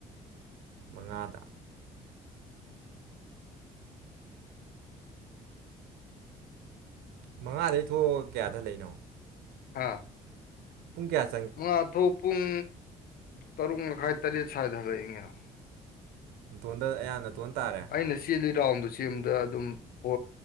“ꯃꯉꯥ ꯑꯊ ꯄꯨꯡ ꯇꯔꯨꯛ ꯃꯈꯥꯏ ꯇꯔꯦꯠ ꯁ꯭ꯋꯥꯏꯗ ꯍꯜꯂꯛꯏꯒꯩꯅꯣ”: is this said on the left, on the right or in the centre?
Left